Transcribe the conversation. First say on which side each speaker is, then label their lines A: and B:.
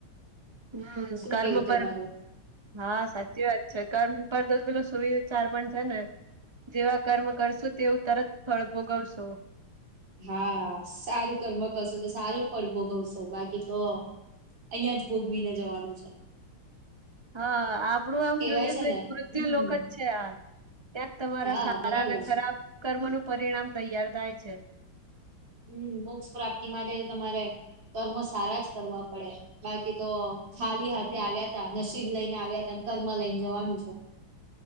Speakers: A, on the right; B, on the right.
A: હમ
B: શું
A: કર્મ
B: કેવું તમારું
A: પર હા સાચી વાત છે કર્મ. તો પેલો સુવિચાર પણ છે ને જેવા કર્મ કરશું તેવું તરત ફળ. ભોગવશો.
B: હા સારું કર્મ કરશો તો સારું ફળ ભોગવશો બાકી તો. અહિયાં જ ભોગવીને જવાનું છે.
A: હા આપડું આમ
B: કેવાય
A: જોઈએ
B: છે
A: તો
B: ને
A: એક મૃત્યુ
B: હમ
A: લોક જ છે. આ ત્યાં જ તમારા
B: હા
A: સારા
B: બરાબર
A: અને ખરાબ
B: છે
A: કર્મ નું પરિણામ તૈયાર થાય છે.
B: હમ મોક્ષ પ્રાપ્તિ માટે તમારે કર્મ સારા જ કરવા પડે. બાકી તો ખાલી હાથે આવ્યા તા નસીબ લઈને આવ્યા ત કર્મ લઈને જવાનું છે.